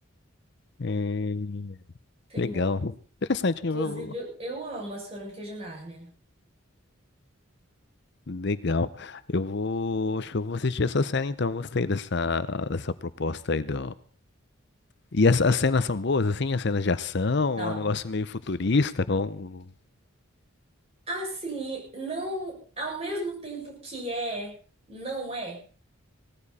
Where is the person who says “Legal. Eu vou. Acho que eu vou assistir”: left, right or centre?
Left